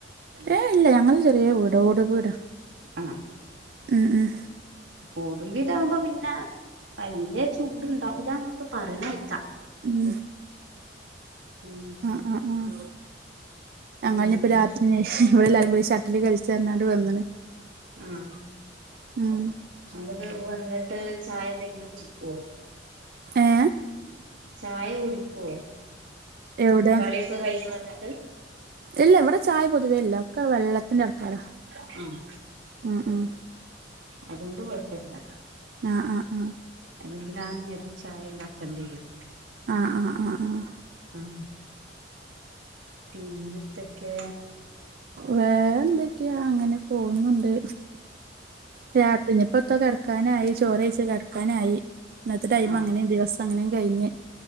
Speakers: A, on the right; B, on the right.
A: ഏ ഇല്ല. ഞങ്ങള ചെറിയ വീട, ഓട് വീടാ
B: ആഹ്
A: ഉം ഉം
B: ഓട വീട ആവുമ്പോ, പിന്നെ വലിയ ചൂടുണ്ടാവില്ലന്നൊക്കെ പറയണ ക്കാം..
A: ഉം
B: ഉം
A: ആഹ്, ആഹ് ഞങ്ങൾ
B: പിന്നെ
A: ഇനി ഇപ്പോൾ രാത്രിന്. ഇവിടെ എല്ലാരും കൂടി ഷട്ടിൽ കളിച്ച പറഞ്ഞണ്ട് വന്നണ്.
B: ആഹ്
A: ഉം
B: അ <unintelligible> വന്നിട്ട് ചായ എന്തെങ്കിലും കുടിക്കു വോ?
A: ഏ
B: ചായ കുടിക്കുവോ?
A: എവിടെ
B: കളിയൊക്കെ കഴിഞ് വന്നിട്ട്.
A: ഇല്ല ഇവിടെ ചായ പൊതുവേ ഇല്ല. ഒക്കെ വെള്ളത്തിന്റെ ആൾക്കാ രാ
B: ആഹ്
A: ഉം ഉം
B: അതു കൊണ്ട് കൊഴപ്പ ല്ലാ
A: ആഹ് ആഹ് ആഹ്
B: അല്ലെങ്കിൽ ആ നേരം ചായ ഉണ്ടാക്കേണ്ട രും
A: ആഹ്, ആഹ്, ആഹ്
B: ആഹ്, പിന്ന ത്തൊക്കെ
A: വേറെ എന്തൊക്കെ യ അങ്ങനെ പോകുന്നുണ്ട് രാ ഇപ്പൊത്ത കിടക്കാനായി. ചോറ് കഴിച്ച് കിടക്കാനായി. ഇന്നത്തെ ടൈം
B: ആഹ്
A: അങ്ങനെയ ദിവസ അങ്ങനും കഴിഞ്ഞ്.